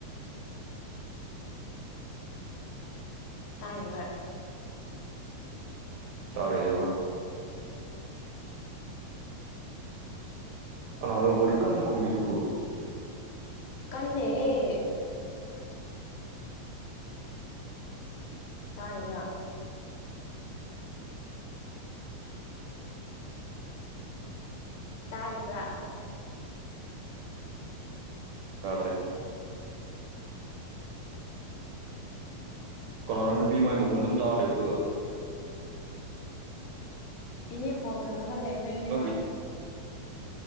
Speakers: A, on the left; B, on the right.
A: ꯇꯥꯔꯤꯕ꯫
B: ꯇꯥꯔꯤꯏꯕ꯫ ꯀꯅꯥꯅꯣ ꯋꯥꯔꯤ ꯀꯟꯅ ꯈꯨꯝꯃꯤꯗꯨꯕꯨ꯫
A: ꯀꯥꯟꯗꯦꯍꯦ꯫ ꯇꯥꯔꯤꯕ꯭ꯔꯥ꯫ ꯇꯥꯔꯤꯕ꯭ꯔꯥ꯫
B: ꯇꯥꯗ꯭ꯔꯦ꯫ ꯀꯅꯥꯅꯣ ꯅꯨꯄꯤ ꯃꯥꯒꯤ ꯃꯈꯣꯟ ꯑꯗꯨꯝ ꯇꯥꯔ ꯂꯩꯕꯗꯨ꯫
A: ꯏꯅꯦ ꯐꯣꯟ ꯈꯨꯝꯃꯒ ꯂꯩꯕꯩꯅꯦꯕ꯫
B: ꯅꯪꯒꯤ